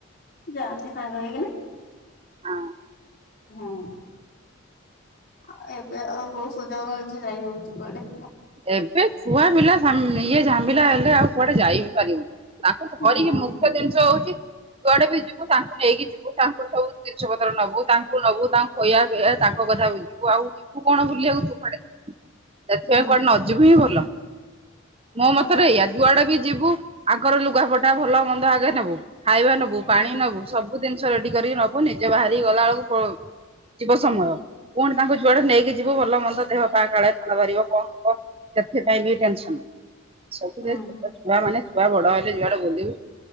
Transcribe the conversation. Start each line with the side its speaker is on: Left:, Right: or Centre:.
Left: ଯାଆନ୍ତି ସାଙ୍ଗ ହେଇକିନା।
Right: ହଁ
Left: ହଁ। ଆଉ ଏବେ ଆଉ ବହୁତ ସୁଯୋଗ ମିଳୁଛି ଯାଇ ହଉଛି କୁଆଡେ।
Right: ଏବେ ଛୁଆ ପିଲା ଇଏ ଝାମେଲା ହେଲେ ଆଉ କୁଆଡେ ଯାଇ ବି ପାରିବୁ। ତାକୁ ଧରିକି
Left: ହୁଁ
Right: ମୁଖ୍ୟ ଜିନିଷ ହଉଛି। କୁଆଡେ ବି ଯିବୁ ତାଙ୍କୁ ନେଇକି ଯିବୁ ତାଙ୍କୁର ସବୁ ଜିନିଷ ପତ୍ର ନବୁ ତାଙ୍କୁ ନବୁ ତାଙ୍କୁ କହଆ କ ତାଙ୍କ କଥା ବୁଝିଲ ଆଉ ଯିବୁ କଣ ବୁଲିବାକୁ ତୁ କୁଆଡେ ସେଥିପାଇଁ
Left: ହୁଁ।
Right: କୁଆଡେ ନ ଯିବୁ ହିଁ ଭଲ। ମୋ
Left: ହଁ
Right: ମତରେ
Left: ପରା
Right: ଏଇଆ ଯୁଆଡେ ବି ଯିବୁ ଆଙ୍କର ଲୁଗାପଟା ଭଲ ମନ୍ଦ ଆଗେ ନେବୁ ଖାଇବା ନବୁ। ନବୁ
Left: ହୁଁ
Right: ପାଣି ନବୁ ସବୁ ଜିନିଷ ରେଡି କରିକି ନବୁ ନିଜେ ବାହାରି ଗଲା ବେଳକୁ ଯିବ ସମୟ। ପୁଣି ତାଙ୍କୁ ଯୁଆଡେ ନେଇକି ଯିବୁ ଭଲ ମନ୍ଦ ଦେହ ପାହା କାଳ ଥଣ୍ଡା ବାହାରିବ କଣ ହବ। ସେଥିପାଇଁ ବି ଟେନସନ। ସବୁଥି
Left: ହୁଁ
Right: ଛୋଟ ଛୁଆ ମାନେ ଛୁଆ ବଡ ହେଲେ ଯୁଆଡେ ବୁଲିବୁ